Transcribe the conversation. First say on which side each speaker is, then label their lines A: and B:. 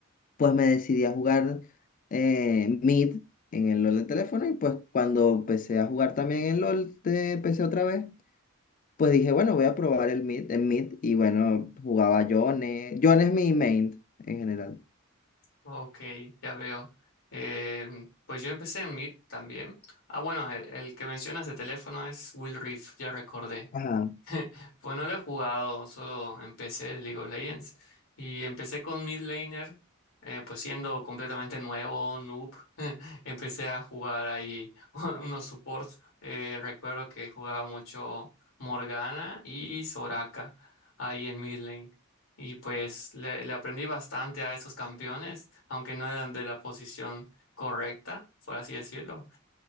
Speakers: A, on the left; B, on the left.
A: pues me decidí a jugar eh, Mid en el LOL de teléfono y pues cuando empecé a jugar también en LOL de PC otra vez, pues dije, bueno, voy a probar el Mid, el Mid y bueno, jugaba Yone. Yone es mi main en general.
B: Ok, ya veo. Eh, pues yo empecé en Meet también. Ah, bueno, el, el que mencionas de teléfono es Will Reef, ya recordé.
A: Ajá.
B: <laughs> Pues no lo he jugado, solo empecé el League of Legends y empecé con mid laner, eh, pues siendo completamente nuevo, noob, <laughs> empecé a jugar ahí <laughs> unos supports. eh, recuerdo que jugaba mucho Morgana y Soraka ahí en mid lane y pues le, le aprendí bastante a esos campeones, aunque no eran de la posición correcta, por así decirlo.